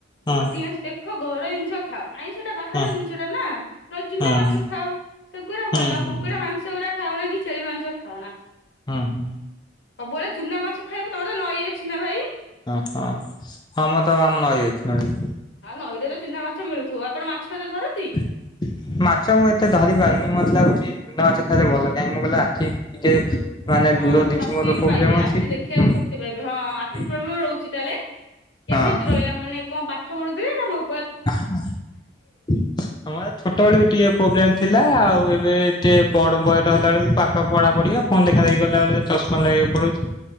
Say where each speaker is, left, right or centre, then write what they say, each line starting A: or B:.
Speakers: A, on the left; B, on the left.
A: ହଁ
B: ଅଧିକାଂଶ ଦେଖ ଘର ଜିନିଷ ଖାଅ। ଆଇଁଷଟା ବାହାର
A: ହଁ
B: ଜିନିଷଟା ନା, ନନେ ଚୁନା
A: ହଁ
B: ମାଛ
A: ହୁଁ
B: ଖାଅ ସେଗୁଡା
A: ହୁଁ
B: ଭଲ,
A: ହୁଁ
B: କୁକୁଡା ମାଂସ ଗୁଡା ଖାଅନା କି ଛେଳି ମାଂସ ଖାଅନା।
A: ହଁ ହୁଁ।
B: ସବୁବେଳେ ଚୁନା ମାଛ ଖାଇବ, ତମରେ ନଈ ଅଛି ନା ଭାଇ?
A: ହ ହଁ ହଁ ମୁଁ ତ ଆମ ନଈ ଅଛି ନଈ।
B: ଆଁ ନଈରେ ବି ଚୁନା ମାଛ ମିଳୁଥିବ, ଆପଣ ମାଛ କେବେ ଧରନ୍ତି?
A: ହ। ମାଛ ମୁଁ ଏତେ ଧରି ପାରୁନି। ମତେ ଲାଗୁଛି ଚୁନା ମାଛ ଖାଇଲେ ଭଲ। କାହିଁକି ମୁଁ କହିଲି ଆଖି ଟିକେ ମାନେ
B: ହଁ,
A: ଦୂର ଜିନିଷ
B: ଶକ୍ତି
A: ମୋର ପ୍ରୋବ୍ଲେମ
B: ପାଇବେ
A: ଅଛି
B: ଆଖି ଦେଖେଇବାକୁ
A: ହୁଁ
B: ଶକ୍ତି ପାଇବେ। ହଁ ଆଖି
A: ହୁଁ
B: ପ୍ରୋବଲେମ ରହୁଛି ତାହେଲେ? କେମିତି
A: ହଁ।
B: ରହିଲା, ମାନେ କଣ ପାଠ ପଢୁଥିଲେ ନା ମୋ
A: ହଁ ଛୋଟବେଳକୁ ଟିକେ ପ୍ରୋବ୍ଲେମ ଥିଲା। ଆଉ ଏ ଏବେ ଏଠି ବଡ ବହି ଧଇଲା ବେଳକୁ ପାଠ ପଢା ପଢି, ଫୋନ୍ ଦେଖା ଦେଖି କଲା ବେଳେ ଚଶମା ଲଗେଇବାକୁ ପଡୁଛି।